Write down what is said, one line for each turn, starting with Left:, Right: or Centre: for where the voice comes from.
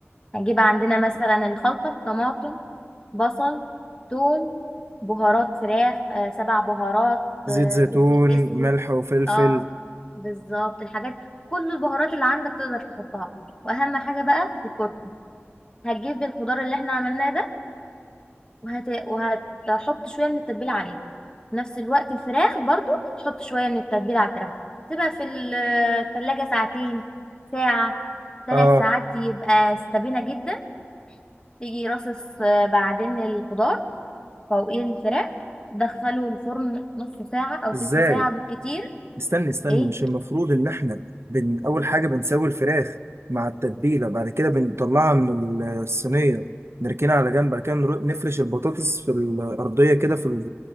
Left: هنجيب عندنا مثلا الخلطة طماطم بصل ثوم بهارات فراخ آه، سبع بهارات
Right: زيت
Left: آه،
Right: زيتون
Left: فلفل اسود
Right: ملح وفلفل
Left: اه بالظبط الحاجات كل البهارات اللي عندك تقدر تحطها واهم حاجة بقى الكركم هتجيب الخضار اللي احنا عملناه ده وهت... وهتحط شويه من التتبيله عليه في نفس الوقت الفراخ برضو تحط شويه من التتبيله على الفراخ تسيبها في ال- التلاجة ساعتين ساعه ثلاث
Right: اه
Left: ساعات يبقى استبينه جدا تيجي رصص آه، بعدين الخضار فوقيه الفراخ دخله الفرن نص ساعه او
Right: ازاي
Left: تلت ساعه بالكتير
Right: استني استني
Left: ايه
Right: مش المفروض ان احنا بن اول حاجه بنسوي الفراخ مع التتبيله بعد كده بنطلعها من الصينيه نركنها على جنب بعد كده نر- نفرش البطاطس في الارضيه كده في ال-